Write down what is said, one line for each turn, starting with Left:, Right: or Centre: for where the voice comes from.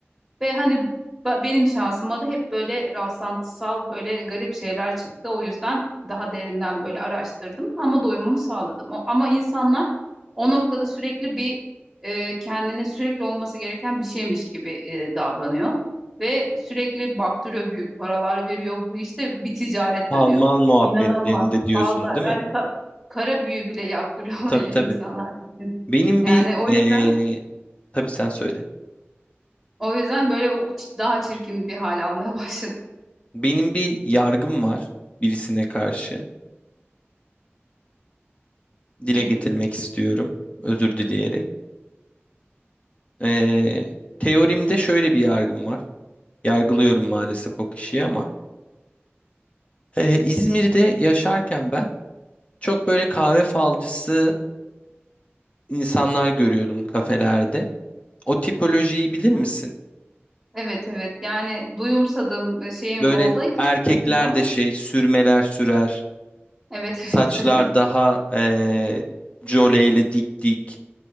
Centre: Ve hani ba- benim şansıma da hep böyle rastlantısal böyle garip şeyler çıktı. O yüzden daha derinden böyle araştırdım ama doyumumu sağladım. O- Ama insanlar o noktada sürekli bir e, kendine sürekli olması gereken bir şeymiş gibi e, davranıyor. Ve sürekli baktırıyor büyük paralar veriyor. Bu işte bir ticaret
Left: Palmal
Centre: dönüyor.
Left: muhabbetlerinde
Centre: İnanılmaz.
Left: diyorsun,
Centre: Fazla
Left: değil mi?
Centre: yani ka- kara büyü bile yaptırıyorlar
Left: Tabii
Centre: <laughs> insanlar
Left: tabii.
Centre: gitsin.
Left: Benim
Centre: Yani
Left: bir
Centre: o
Left: eee
Centre: yüzden
Left: tabii sen söyle.
Centre: o yüzden böyle o- daha çirkin bir hal almaya <laughs> başladı.
Left: Benim bir yargım var birisine karşı. Dile
Centre: Nedir?
Left: getirmek istiyorum, özür dileyerek. Eee teorimde şöyle bir yargım var. Yargılıyorum maalesef o kişiyi ama. Ee, İzmir'de yaşarken ben çok böyle kahve falcısı insanlar görüyordum kafelerde. O tipolojiyi bilir
Centre: Hı.
Left: misin?
Centre: Evet evet yani duyumsadım e, şeyim
Left: Böyle
Centre: oldu hiç
Left: erkekler
Centre: gitmedim ama
Left: de şey sürmeler sürer.
Centre: evet
Left: Saçlar
Centre: <laughs> evet
Left: daha ee, joleyli dik dik.